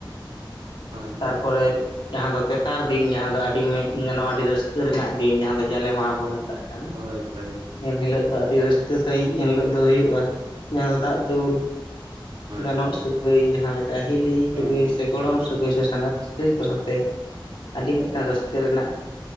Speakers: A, on the right; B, on the left.
A: ᱦᱳᱭ
B: ᱛᱟᱨᱯᱚᱨᱮ
A: ᱦᱳᱭ
B: ᱡᱟᱦᱟᱸ ᱫᱚ ᱛᱮᱥᱟᱨ ᱫᱤᱱ ᱡᱟᱦᱟᱸ ᱫᱚ ᱟᱹᱰᱤ ᱢᱮᱱ ᱜᱟᱱᱚᱜᱼᱟ ᱟᱹᱰᱤ ᱨᱟᱹᱥᱠᱟᱹ ᱨᱮᱱᱟᱜ ᱫᱤᱱ ᱡᱟᱦᱟᱸ ᱫᱚ ᱡᱟᱞᱮ ᱢᱟᱦᱟ
A: ᱦᱳᱭ
B: ᱵᱚᱱ ᱢᱮᱛᱟᱜ ᱠᱟᱱ᱾
A: ᱦᱳᱭ ᱦᱳᱭ ᱦᱳᱭ
B: ᱮᱱ ᱦᱤᱞᱳᱜ ᱫᱚ ᱟᱹᱰᱤ ᱨᱟᱹᱥᱠᱟᱹ ᱥᱟᱺᱦᱤᱡ ᱮᱱᱦᱤᱞᱳᱜ ᱫᱚ ᱦᱩᱭᱩᱜᱼᱟ, ᱡᱟᱦᱟᱸ ᱫᱚ ᱫᱟᱜ ᱫᱩᱞ᱾
A: ᱦᱳᱭ
B: ᱜᱟᱱᱚᱜ
A: ᱦᱩᱸ
B: ᱥᱟᱹᱜᱟᱹᱭ ᱡᱟᱦᱟᱸ ᱞᱮᱠᱟ ᱦᱤᱞᱤ
A: ᱦᱩᱸ
B: ᱥᱟᱹᱜᱟᱹᱭ, ᱥᱮ ᱜᱚᱲᱚᱢ ᱥᱟᱹ ᱥᱟᱹᱜᱟᱹᱭ ᱥᱮ ᱥᱟᱸᱜᱟᱛ ᱥᱟᱹᱜᱟᱹᱭ ᱠᱚ ᱥᱟᱛᱮᱜ ᱟᱹᱰᱤ ᱢᱤᱫᱴᱟᱱ ᱨᱟᱹᱥᱠᱟᱹ ᱨᱮᱱᱟᱜ